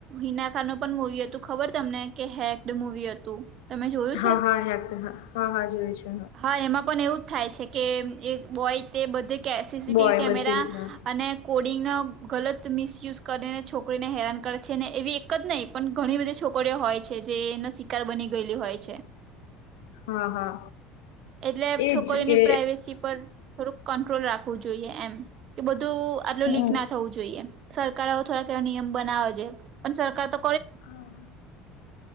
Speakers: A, on the right; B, on the left.
A: હિના ખાન નુ પણ મુવી હતું ખબર તમને કે હેકડ મુવી હતું તમે જોયું
B: હા
A: છે
B: હા હા હા હા જોયું છે
A: હા એમાં પણ એવું જ થાય છે. કે એક બોય તે બધે કે સીસીટીવી
B: બોય
A: કેમેરા
B: બધી રીતના
A: અને. કોડિંગનો ગલત મિસયુઝ કરીને છોકરીને હેરાન કરે છે ને એવી એક જ નહીં. પણ ઘણી બધી છોકરીઓ હોય છે જેનો શિકાર બની ગયેલી હોય છે.
B: હા હા.
A: એટલે
B: એજ
A: છોકરીની
B: કે
A: પ્રાઈવેસી પર. થોડુંક કંટ્રોલ રાખવું જોઈએ એમ કે બધું આટલું
B: હમ
A: લીક ના થવું જોઈએ સરકાર થોડાક એવો નિયમ બનાવે છે પણ સરકાર તો
B: હા.
A: હ <unintelligible>